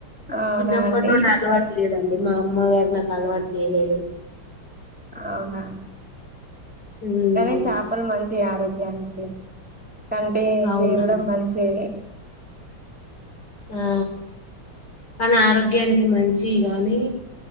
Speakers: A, in the centre; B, on the left.
A: అవునా
B: చిన్నప్పటి
A: అండి
B: నుండి అలవాటు లేదండి మా అమ్మ గారు నాకు అలవాటు చేయలేదు
A: అవునా
B: ఉమ్
A: కానీ చేపలు మంచివి ఆరోగ్యం ఆరోగ్యానికి కంటికి
B: అవునండి
A: కూడా మంచిది
B: ఆ కానీ ఆరోగ్యానికి మంచి కానీ